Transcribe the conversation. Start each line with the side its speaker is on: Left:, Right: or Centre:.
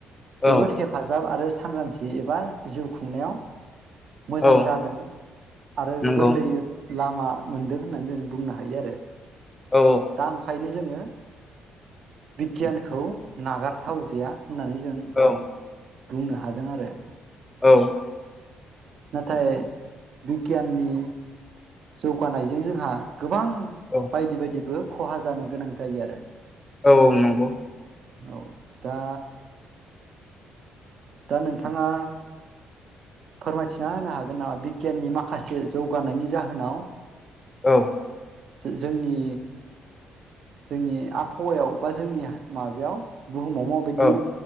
Left: औ
Right: जोबोद हेफाजाब आरो सांग्रांथि एबा जिउ खुंनायाव मोजां
Left: औ
Right: जादों आरो
Left: नंगौ
Right: गोरलैयै लामा मोनदों होननानै जों बुंनो हायो आरो।
Left: औ
Right: दा ओंखायनो जोङो बिगियानखौ नागारथावजाया। होननानै जों
Left: औ
Right: बुंनो हादों आरो।
Left: औ।
Right: नाथाय बिगियाननि जौगानायजों जोंहा गोबां
Left: औ
Right: बायदि बायदिबो ख'हा जानो गोनां जायो आरो।
Left: औ नंगौ।
Right: औ दा दा नोंथाङा फोरमायथिना होनो हागोन नामा बिगियाननि माखासे जौगानायनि जाहोनाव
Left: औ।
Right: जोंनि जोंनि आबहावायाव बा जोंनि माबायाव बुहुमाव मावबायदि
Left: औ